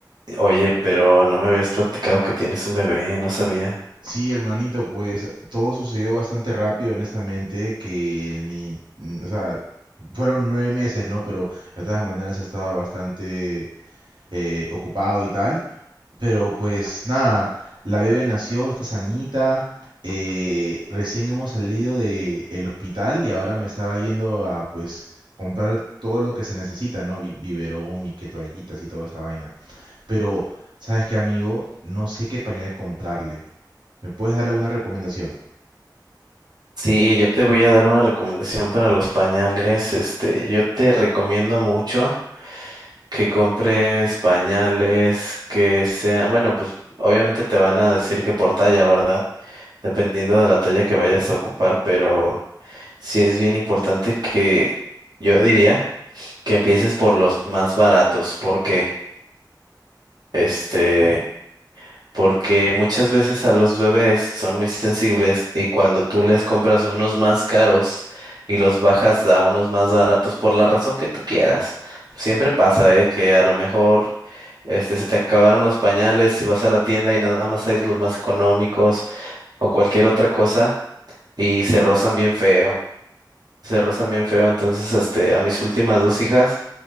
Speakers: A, on the right; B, on the right.
A: oye, pero no me habías platicado que tienes un bebé, no sabía.
B: Sí, hermanito, pues todo sucedió bastante rápido, honestamente, que ni, mm, o sea, fueron nueve meses, ¿no? Pero de todas maneras estaba bastante eh, ocupado y tal. Pero pues nada, la bebé nació, está sanita. eh, recién hemos salido de el hospital y ahora me estaba yendo a pues comprar todo lo que se necesita, ¿no? Bi- Biberón y que toallitas y toda esa vaina. Pero, ¿sabes qué, amigo? No sé qué pañal comprarle. ¿Me puedes dar alguna recomendación?
A: Sí, yo te voy a dar una recomendación para los pañales. Este, yo te recomiendo mucho que compres pañales que sean, bueno, pues obviamente te van a decir que por talla, ¿verdad? dependiendo de la talla que vayas a ocupar, pero sí es bien importante que yo diría que empieces por los más baratos, porque este, porque muchas veces a los bebés son muy sensibles y cuando tú les compras unos más caros y los bajas a unos más baratos por la razón que tú quieras, siempre pasa, eh, que a lo mejor Este, se te acabaron los pañales y vas a la tienda y nada más hay de los más económicos o cualquier otra cosa y se rozan bien feo. Se rozan bien feo. Entonces, este, a mis últimas dos hijas